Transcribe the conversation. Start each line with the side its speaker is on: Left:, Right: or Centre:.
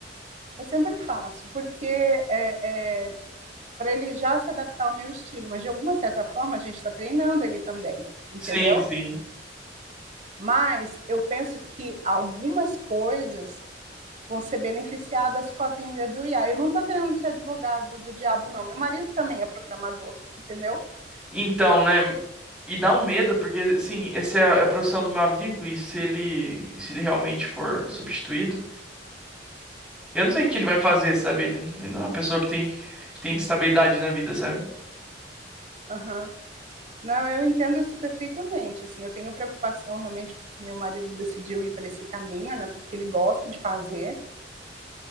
Right: Eu sempre faço, porque é, é, para ele já se adaptar ao meu estilo. Mas, de alguma certa forma, a gente está treinando ele também, entendeu?
Centre: Sim, sim.
Right: Mas eu penso que algumas coisas vão ser beneficiadas com a vinda do IA. Eu não estou querendo ser advogado do diabo, não. Meu marido também é programador, entendeu?
Centre: Então, né? E dá um medo, porque, assim, essa é a é a profissão do meu amigo, e se ele, e se ele realmente for substituído, eu não sei o que ele vai fazer, sabe? Ele, ele não é uma pessoa que tem, que tem estabilidade na vida, sabe?
Right: Aham. Não, eu entendo isso perfeitamente. Assim, eu tenho preocupação realmente porque meu marido decidiu ir para esse caminho, né, coisa que ele gosta de fazer.